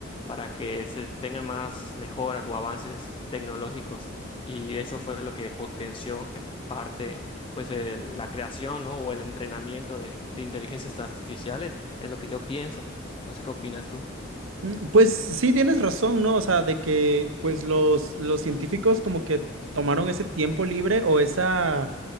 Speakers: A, on the left; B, on the right.
A: para que se tengan más mejoras o avances tecnológicos. Y eso fue lo que potenció en parte pues el- la creación, ¿no? o el entrenamiento de, de inteligencias artificiales, es lo que yo pienso. No sé qué opinas tú.
B: Mm, Pues sí, tienes razón, ¿no? O sea, de que pues los, los científicos como que tomaron ese tiempo libre o esa